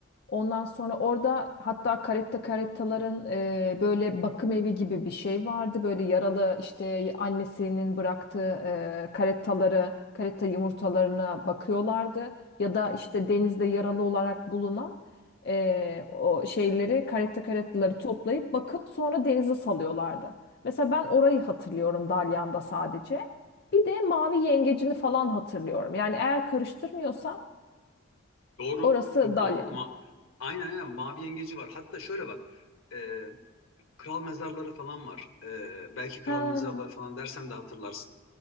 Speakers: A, on the left (about 55°); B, on the left (about 80°).
A: Ondan sonra orada hatta karetta karettaların e, böyle bakım evi gibi bir şey vardı. Böyle yaralı işte annesinin bıraktığı e, karettaları, karetta yumurtalarına bakıyorlardı. Ya da işte denizde yaralı olarak bulunan e, o şeyleri caretta carettaları toplayıp bakıp sonra denize salıyorlardı. Mesela ben orayı hatırlıyorum Dalyan'da sadece. Bir de mavi yengecini falan hatırlıyorum. Yani eğer karıştırmıyorsam
B: doğru
A: orası
B: çok
A: Dalyan.
B: doğru. Ma- aynen aynen mavi yengeci var. Hatta şöyle bak e, kral mezarları falan var. E, belki kral
A: Ha,
B: mezarları falan dersem de hatırlarsın.